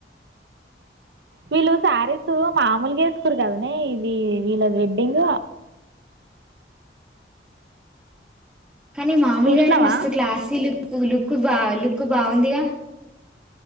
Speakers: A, on the right (about 70°); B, in the centre.
A: వీళ్ళు శారీస్ మామలుగా వేసుకురు కదనే ఇది వీళ్ళది వెడ్డింగ్
B: కానీ మామూలుగాయినా
A: చూసినావా
B: మస్తు క్లాసీలు లుక్ లుక్ బా లుక్ బాగుందిగా